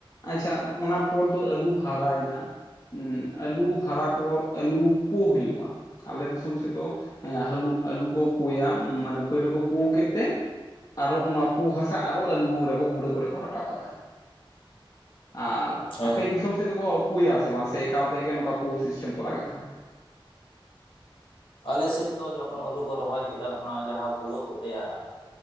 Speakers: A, on the left (about 45°); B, on the left (about 75°).
A: ᱟᱪᱪᱷᱟ ᱚᱱᱟ ᱯᱚᱨ ᱫᱚ ᱟᱹᱞᱩ ᱦᱟᱨᱟᱭᱮᱱᱟ ᱾ ᱮᱸ ᱟᱹᱞᱩ ᱦᱟᱨᱟ ᱯᱚᱨ ᱟᱹᱞᱩ ᱯᱳ ᱦᱩᱭᱩᱜᱼᱟ ᱾ ᱟᱞᱮ ᱫᱤᱥᱚᱢ ᱥᱮᱫ ᱫᱚ ᱮᱸ ᱦᱟᱹᱞᱩ ᱟᱹᱞᱩ ᱠᱚ ᱯᱳᱭᱟ ᱢᱟᱱᱮ ᱯᱳᱭᱞᱳ ᱠᱚ ᱯᱳ ᱠᱮᱫ ᱛᱮ, ᱟᱨᱚ ᱚᱱᱟ ᱯᱩ ᱦᱟᱥᱟ ᱟᱨᱚ ᱟᱹᱞᱩ ᱨᱮ ᱵᱷᱩᱲᱟᱹ ᱠᱚᱨᱮ ᱠᱚ ᱨᱟᱠᱟᱵ ᱟᱫᱟ ᱾ ᱟᱨ
B: ᱦᱮᱸ
A: ᱟᱯᱮ ᱫᱤᱥᱚᱢ ᱥᱮᱫ ᱫᱚᱠᱚ ᱯᱳᱭᱟ ᱥᱮ ᱵᱟᱝ ᱥᱮ ᱮᱠᱟᱞ ᱛᱮᱜᱮ ᱱᱚᱝᱠᱟ ᱯᱳ ᱥᱤᱥᱴᱮᱢ ᱠᱚᱨ ᱜᱮ ᱛᱟᱦᱮᱱᱟ?
B: ᱟᱞᱮ ᱥᱮᱫ ᱫᱚ ᱡᱚᱠᱷᱚᱱ ᱟᱞᱩ ᱠᱚ ᱨᱚᱦᱚᱭ ᱠᱮᱫᱟ ᱚᱱᱟ ᱡᱟᱦᱟᱸ ᱵᱷᱩᱲᱟᱹ ᱠᱚ ᱛᱮᱭᱟᱨᱟ᱾